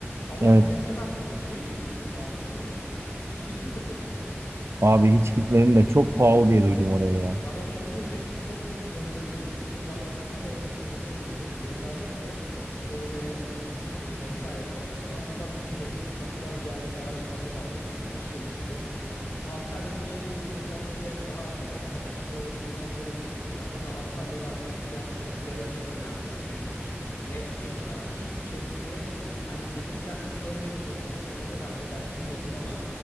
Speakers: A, on the left; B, on the right.
A: Ama
B: Evet.
A: mesela şey hiç düşündün mü abi Kıbrıs'ı? Hiç gittin mi Kıbrıs'a?
B: Abi hiç gitmedim de çok pahalı diye duydum oraya ya.
A: Sana bir şey diyeyim mi? Çok büyük bir yanılıyor bizim milletimiz. Ben iki senedir Kıbrıs'a gidiyorum. Özellikle böyle Kasım gibi vesaire. Bak İstanbul'dan biniyorum. Kapıdan VIP araçla alıyorlar beni. Beş yıldızlı. Antalya'daki en lüks otellerle daha yani kafa kafaya olacak otellere gidiyorsun abi. Ve Antalya'lardaki fiyatların yarı fiyatı neredeyse net. Net diyorum sana. Ki içerisinde hani gelirken şöyle de bir şey yapabilirsin. Ne kadar legal bilmiyorum ama